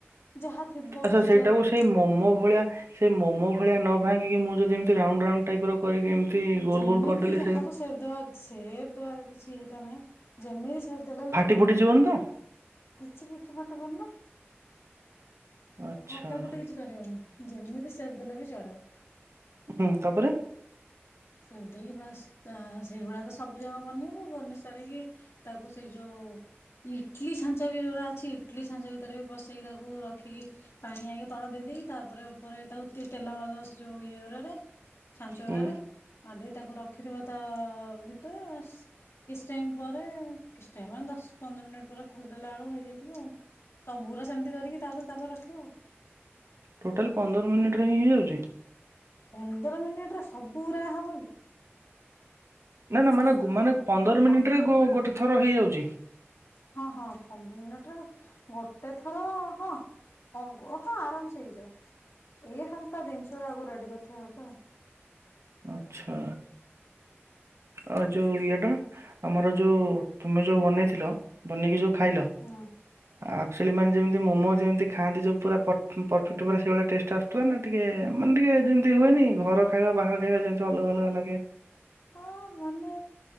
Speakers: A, on the left; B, on the right.
A: ଯାହା ଥିବ
B: ଆଚ୍ଛା
A: ସିଝେଇ
B: ସେଇଟାକୁ
A: ପାଇଁ
B: ସେଇ ମୋମୋ ଭଳିଆ ସେ ମୋ ଭଳିଆ ନ ଭାଙ୍ଗିକି ମୁଁ ଯଦି ଏମତି ରାଉଣ୍ଡ୍ ରାଉଣ୍ଡ୍ ଟାଇପର କରିକି ଏମିତି ଗୋଲ
A: ଯେମିତି
B: ଗୋଲ କରିଦେଲି
A: ଯାହାକୁ ସେ ଦବ ସେ ତ କିଛି ଇଏ ତ ନାହିଁ ଯେମିତି ସେପ୍ ଦେଲେ ବି ଚଳିବ
B: ଫାଟି ଫୁଟି ଯିବନି ତ?
A: କିଛି କିଛି ଫଟ ପଡୁନ।
B: ଆଚ୍ଛା
A: ଫାଟା ଫୁଟି କିଛି କରିବନି। ଯେମିତି ସେପ୍ ଦେଲେ ବି ଚଳିବ।
B: ହୁଁ ତାପରେ।
A: ସେତିକ ବାସ୍ ସେଇଗୁଡା ତ ସବୁ ଯାକ ବନେଇବୁ ବନେଇ ସାରିକି ତାକୁ ସେଇ ଯୋଉ ଇଟଲି ଛାଞ୍ଚ ବି ଯୋଉଟା ଅଛି ଇଟଲିି ଛାଞ୍ଚ ଭିତରେ ବି ପସେଇକି ତାକୁ ରଖିକି ପାଣି ଆଣିକି ତଳେ ଦେଇଦେଇକି ତାପରେ ଉପରେ ତାକୁ ଟିକେ ତେଲ ମାରିଦବ ସେ ଯୋଉ ଇଏ ଗୁଡାରେ ଛାଞ୍ଚ
B: ହୁଁ
A: ଗୁଡ଼ାରେ। ମାରି ଦେଇେଇ ତାକୁ ରଖିଥିବ ତା ଭିତରେ ବାସ୍ କିଛି ଟାଇମ ପରେ କିଛି ଟାଇମ ମାନେ ଦଶ ପନ୍ଦର ମିନିଟ ପରେ ଖୋଲିଦେଲା ବେଳକୁ ହେଇଯାଇଥିବ ଆଉ ସବୁ ଗୁରା ସେମିତି କରିକି ତାପରେ ତାପରେ ରଖିବ ଆଉ।
B: ଟୋଟାଲ ପନ୍ଦର ମିନିଟ ରେ ହିଁ ହେଇଯାଉଛି?
A: ପନ୍ଦର ମିନିଟ ରେ ସବୁୁ ଗୁରା ହ
B: ନା ନା ମାନେ ମାନେ ପନ୍ଦର
A: ହଁ ହଁ
B: ମିନିଟ ରେ
A: ହଁ
B: ଗୋଟେ ଥର ହେଇଯାଉଛି। ଜି
A: ହଁ ହଁ ପନ୍ଦର ମିନିଟରେ ଗୋଟେ ଥର ହଁ ହଁ ଆରାମସେ ହେଇଯିବ ଏଇ ଖାଲି ତ ଜିନିଷ ଗୁଡା ଆଗରୁ ରେଡି କରିଥିବା ଦରକାର।
B: ଆଛା ଆଉ ଯୋଉ ଇଏଟା ଆମର ଯୋଉ ତମେ ଯୋଉ ବନେଇଥିଲ ବନେଇକି ଯୋଉ ଖାଇଲ
A: ହୁଁ।
B: ଆକଚୋଲି ମା ଯେମିତି ମୋମୋ ଯେମିତି ଖାଆନ୍ତି ଯଉ ପୁରା ପରଫେକ୍ଟ ପୁରା ସେଇଭଳିଆ ଟେଷ୍ଟ ଆସୁଥିଲା ନା ଟିକେ ମାନେ ଟିକେ ଯେମିତି ହୁଏନି ଘର ଖାଇବା ବାହାର ଖାଇବା ଯେମିତି ଅଲଗା ଅଲଗା ଲାଗେ।
A: ହଁ ମାନେ